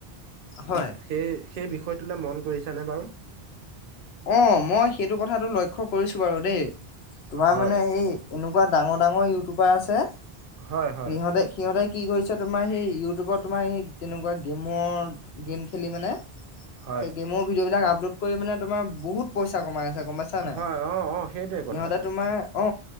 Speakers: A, on the left (about 80°); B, on the right (about 65°).
A: হয়
B: সেই সেই বিষয়টোলৈ মন কৰিছ নে বাৰু?
A: অ মই সেইটো কথাটো লক্ষ্য কৰিছো বাৰু দেই। তোমাৰ
B: হয়
A: মানে এই এনেকুৱা ডাঙৰ ডাঙৰ ইউটিউবাৰ আছে,
B: হয় হয়
A: সিহঁতে সিহঁতে কি কৰিছে তোমাৰ সেই ইউটিউবৰ তোমাৰ সেই তেনেকুৱা গেমৰ গেম খেলি মানে
B: হয়
A: সেই গেমৰ ভিডিঅ' বিলাক আপলোড কৰি মানে তোমাৰ বহুত পইচা কমাই আছে। গম পাইছা নাই
B: হয় অ' অ' সেইটোৱে
A: সিহঁতে
B: কথাটো।
A: তোমাৰ অ